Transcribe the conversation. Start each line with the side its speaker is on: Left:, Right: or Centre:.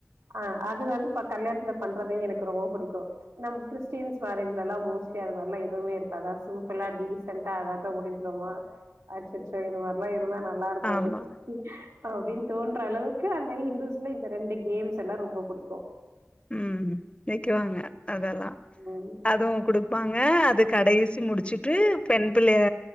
Right: ஆ அது வந்து பா கல்யாணத்துல பண்றதையு எனக்கு ரொம்ப பிடிக்கு நம்ம கிறிஸ்டியன்ஸ் மேரேஜ்லலா மோஸ்ட்லி அதுமாரிலா எதுவுமே இருக்காதா சோ இப்பல்லா டீசண்டா அழாகா முடிங்கலாமா அச்சச்சோஇது மாரிலா இருந்தா ந நல்லா இருக்குமே
Left: ஆமா
Right: அப்டின்னு தோன்ற அளவுக் கு அந்த ஹந்துஸ்ல இந்த ரெண்டு கேம்ஸ் எல்லா ரொம்ப பிடிகு
Left: உ நெக்குவாங்க அதெல்லா
Right: ம்
Left: அதுவு குடுப்பாங்க ந்து கடைசி முடிச்சுட்டு பெண் பிள்ளைய